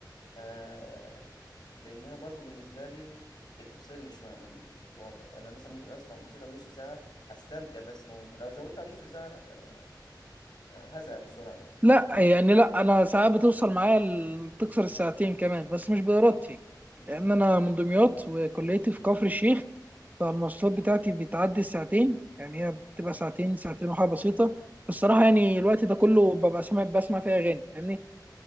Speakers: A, on the left (about 70°); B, on the right (about 20°).
A: آه لأنها برضو بالنسبة لي بتفصلني شوية عن الواقع يعني أنا مثلا ممكن أسمع موسيقى نص ساعة أستمتع بس بموت. لو زودت عن نص ساعة لأ ده أنا آه، هزهق بسرعة يعني
B: لا يعني لا انا ساعات بتوصل معايا ال- تكسر الساعتين كمان بس مش بارادتي
A: مم.
B: لان انا من دمياط وكليتي في كفر الشيخ فالمواصلات بتاعتي بتعدي الساعتين يعني
A: اه
B: هي بتبقى ساعتين ساعتين وحاجه بسيطه الصراحه يعني الوقت ده كله ببقى سامع بسمع فيها اغاني فاهمني